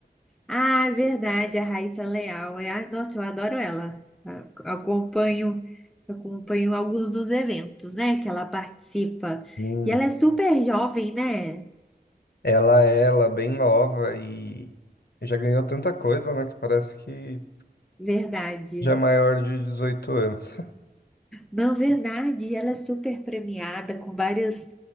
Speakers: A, in the centre; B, on the left (about 85°).
A: Ah, é verdade, a Raíssa é Leal. É, a- nossa, eu adoro ela. A- Acompanho, acompanho alguns dos eventos, né, que ela participa.
B: Sim.
A: E ela é super jovem, né?
B: <laughs> Ela é, ela é bem nova e já ganhou tanta coisa, né? Que parece que
A: Verdade.
B: já é maior de dezoito anos.
A: Não, verdade, ela é super premiada com vários,